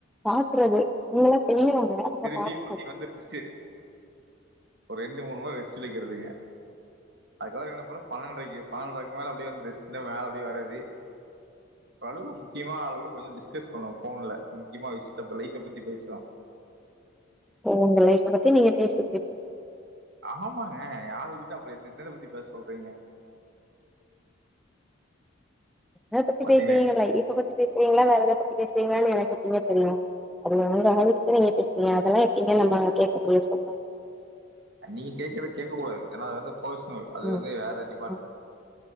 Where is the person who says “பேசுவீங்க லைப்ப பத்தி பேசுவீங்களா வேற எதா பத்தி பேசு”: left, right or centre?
Centre